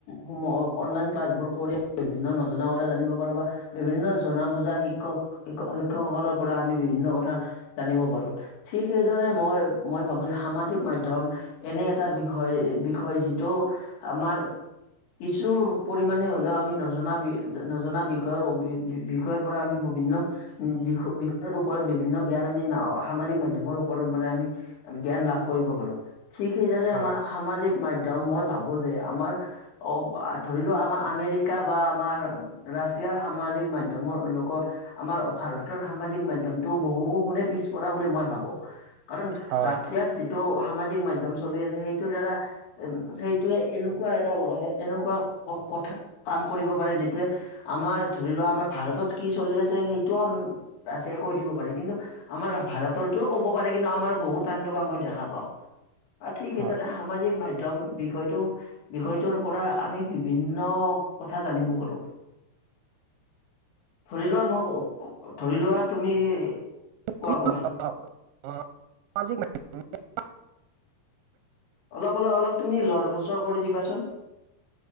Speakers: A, on the left; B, on the right.
A: উ অনলাইন ক্লাছ বোৰ কৰি বিভিন্ন নজনা কথা জানিব বা বিভিন্ন জনা বুজা শিক্ষক শিক্ষকসকলৰ পৰা আমি বিভিন্ন কথা জানিব পাৰো। ঠিক সেইদৰে মই-মই ভাবো যে সামাজিক মাধ্যম এনে এটা বিষয়-বিষয় যিটো আমাৰ কিছু পৰিমাণে হ'লেও আমি নজনা -ন বিষয়ৰ -বি -বিষয়ৰ পৰা আমি বিভিন্ন বি-বিষয়ৰ ওপৰত বিভিন্ন জ্ঞান আমি ন সামাজিক মাধ্যমৰ ওপৰত মানে আমি জ্ঞান লাভ কৰিব পাৰো, ঠিক সেইদৰে
B: হয়
A: আমাৰ সমা মাধ্যম মই ভাবো যে, আমাৰ অ ধৰিলোৱা আমাৰ আমেৰিকা বা আমাৰ ৰাছিয়াৰ সামাজিক মাধ্যমৰ লগত আমাৰ ভাৰতৰ সামাজিক মাধ্যমতটো বহু গুণে পিছ পৰা বুলি মই ভাবো, কাৰণ
B: হয়
A: ৰাছিয়াত যিটো সাজিক মাধম চলি আছে সেইটোৰ দ্বাৰা, উ সেইটোৱে এনেকুৱা এটা এনেকুৱা কথা কাম কৰিব পাৰে যিত আমাৰ ধৰি লোৱা আমাৰ ভাৰতত কি চলি আছে, সেইটোও আম ৰাছিয়াই কৈ দিব পাৰে কিন্তু আমাৰ ভাৰতৰটোও ক'ব পাৰে কিন্তু আমাৰ বহুত টাইম লগা মই দেখা পাওঁ। আৰু ঠিক সেইদৰে
B: হয়
A: সামাজিক মাধ্যয়ম বিষয়টো- বিষয়টোৰ পৰা আমি বিভিন্ন কথা জানিব পাৰো। ধৰি লোৱা মই, ধৰি লোৱা তুমি
B: <unintelligible>
A: কোৱা কোৱা অলপ অলপ অলপ তুমি লৰ-চৰ কৰি দিবাচোন।